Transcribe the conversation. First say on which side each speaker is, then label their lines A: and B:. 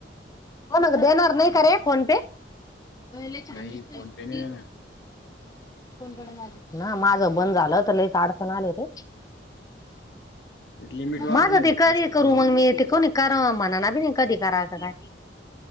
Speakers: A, on the left; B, on the left.
A: होण गं देणार नाही कैरे, फोन पे लै छान
B: नाही
A: दिसतंय
B: फोन
A: ती.
B: पे नाही देणार
A: <unintelligible> ना माझं बंद झालं तर, लैच अडचण आली होती.
B: लिमिट वाढून
A: माझं ते
B: घ्यायची
A: करी
B: असते
A: करू,
B: लिमिट
A: मग मी ते कोणी. कराव म्हणान, अभी नाही कधी करायचं काय.